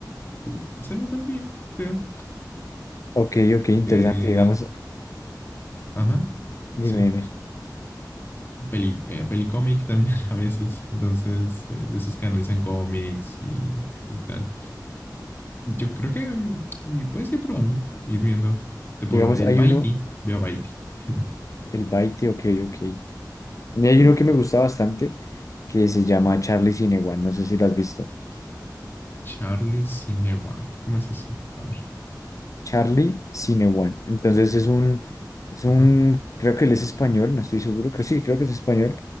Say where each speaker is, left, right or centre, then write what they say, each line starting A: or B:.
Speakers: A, on the left; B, on the left.
A: Y hace bastante bien, creo.
B: Ok, ok, interesante.
A: Eh,
B: Digamos,
A: ajá,
B: dime,
A: sí.
B: dime.
A: peli, eh, pelicómic <laughs> también a veces, entonces, eh, de esos que analizan cómics y, y tal. Yo creo que mm, puedes ir probando, ir viendo. Te por
B: Digamos,
A: el
B: hay
A: Baiti,
B: uno,
A: veo Baiti. <laughs>
B: el Baite, ok, ok. Y
A: Ujú.
B: hay uno que me gusta bastante que se llama Charlie Cinewan. No sé si lo has visto.
A: Charlie Sinewa, ¿cómo es eso? A ver.
B: Charlie Cinewan. Entonces es un, es un,
A: Ajá.
B: creo que él es español, no estoy seguro, creo sí, creo que es español.